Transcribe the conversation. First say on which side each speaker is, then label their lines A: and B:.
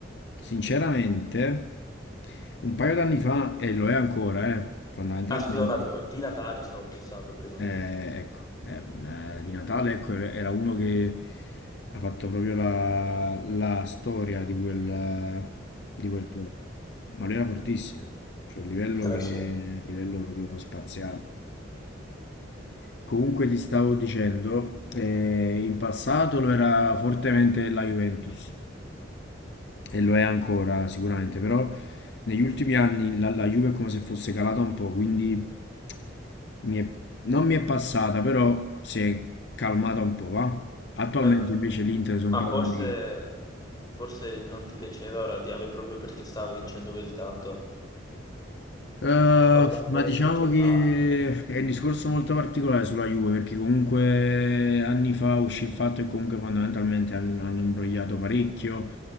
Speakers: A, on the left (about 60°); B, on the left (about 20°).
A: sinceramente, un paio d'anni fa, e lo è ancora, eh, fondamentalmente,
B: Ah, scusa un attimo, di Natale stavo pensando prima.
A: Eh, ecco, eh, eh, di Natale ecco, era era uno che ha fatto proprio la, la storia di quel, di quel club, ma lui era fortissimo, cioè un livello,
B: Eh
A: che,
B: sì.
A: livello proprio spaziale. Comunque ti stavo dicendo, eh, in passato lo era fortemente la Juventus e lo è ancora sicuramente, però negli ultimi anni la, la Juve è come se fosse calata un po', quindi Mi è- non mi è passata, però si è calmata un po', va? Attualmente
B: Ma,
A: invece l'Inter sono
B: ma
A: un paio
B: forse,
A: d'anni.
B: forse non ti piaceva o la odiavi proprio perché stava vincendo così tanto?
A: Eh,
B: Avrà come
A: ma diciamo
B: società.
A: che è un discorso molto particolare sulla Juve, perché comunque anni fa uscì il fatto che comunque fondamentalmente hanno, hanno imbrogliato parecchio.